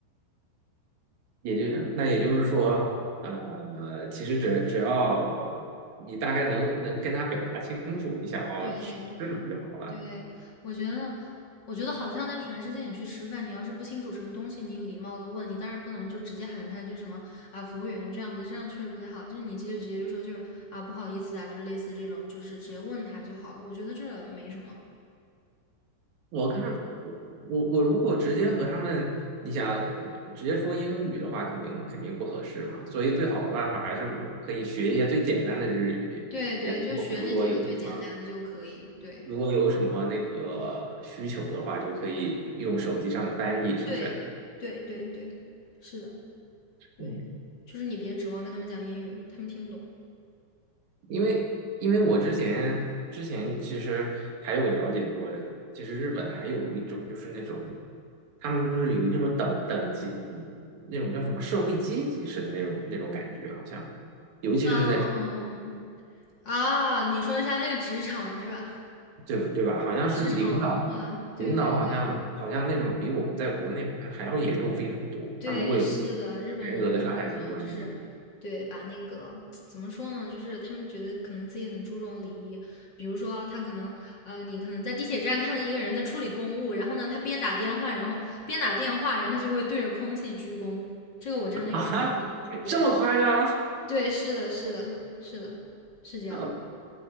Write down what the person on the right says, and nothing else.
也就那也就是说，呃，其实只只要你大概能能跟他表达清楚你想要吃吃什么就好了。
我看我我我如果直接和他们，你想直接说英语的话，肯定肯定不合适嘛。所以最好的办法还是我可以学一些最简单的日语，
然后如果有什么
如果有什么那个需求的话，就可以用手机上的翻译，是不是？
嗯，
因为因为我之前之前其实还有了解过，其实日本还有一种就是那种，他们就是有那种等等级，那种叫什么社会阶级式的那种那种感觉，好像，尤其是在
就是对吧？好像是领导
领导好像好像那种比我们在国内好像还要严重非常多，
他们会有
严格的上下级关系
啊，
这么夸张？
呃，